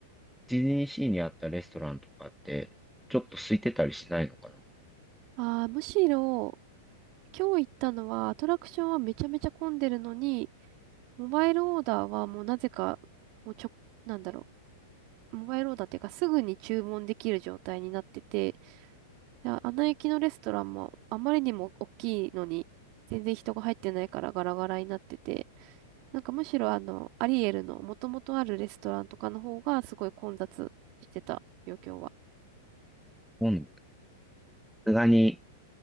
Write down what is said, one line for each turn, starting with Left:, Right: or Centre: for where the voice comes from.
Centre: ディズニーシーにあったレストランとかって、ちょっと空いてたりしないのかな
Right: ああ、むしろ、今日行ったのはアトラクションはめちゃめちゃ混んでるのに、モバイルオーダーはもうなぜか、もうちょ、なんだろう、モバイルオーダーっていうかすぐに注文できる状態になってて、で、アナ雪のレストランもあまりにも大きいのに全然人が入ってないからガラガラになってて、なんかむしろあの、アリエルの元々あるレストランとかの方がすごい混雑してたよ、今日は。
Centre: 今さすがに、